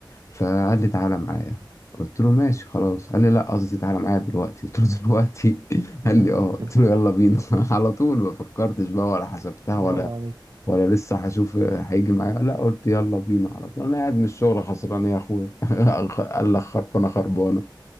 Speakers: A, on the left; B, on the right.
A: فقال لي تعالى معايا قلت له ماشي خلاص قال لي لا قصدي تعالى معايا دلوقتي قلت له دلوقتي <laughs>
B: <laughs>
A: قال لي اه قلت له يلا بينا <laughs> على طول ما فكرتش بقى ولا حسبتها ولا
B: برافو عليك
A: ولا لسه هشوف هيجي معايا لا قلت يلا بينا على طول انا قاعد من الشغل خسران يا اخويا <laughs> قال لك خربانه خربانه